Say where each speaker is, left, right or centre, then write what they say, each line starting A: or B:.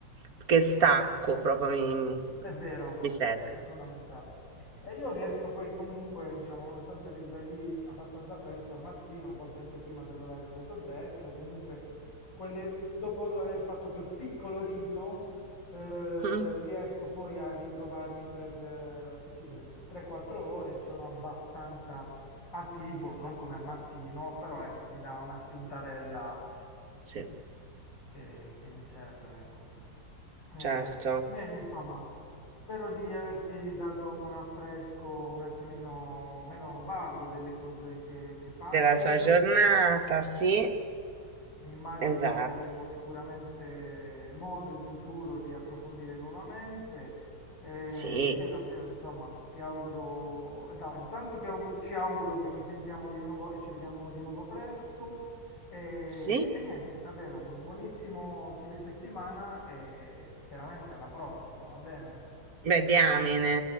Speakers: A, on the right; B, on the left.
A: perché stacco,
B: Ok.
A: proprio mi,
B: È vero,
A: mi serve.
B: è fondamentale. E io riesco poi comunque, diciamo, nonostante mi svegli abbastanza presto al mattino, a volte anche prima dell'orario che ti ho detto, comunque quelle- dopo aver fatto quel piccolo rito, eh,
A: Mm,
B: riesco poi a ritrovarmi per, eh, che ti devo dire, 3-4 ore, sono abbastanza attivo, non come al mattino, però ecco, mi dà una spintarella
A: Sì,
B: che, che mi serve, ecco. Eh,
A: certo.
B: bene, insomma. Spero di averti dato un affresco un attimino meno vago delle cose che, che faccio.
A: Della sua giornata, sì,
B: Immagino
A: esatto,
B: che avremo sicuramente modo in futuro di approfondire nuovamente. Eh,
A: sì,
B: io davvero, insomma, ti auguro, insomma, intanto ti aug- ci auguro che ci sentiamo di nuovo e ci vediamo di nuovo presto. E,
A: sì,
B: e niente, davvero un buonissimo fine settimana e chiaramente alla prossima, va bene?
A: beh, diamine.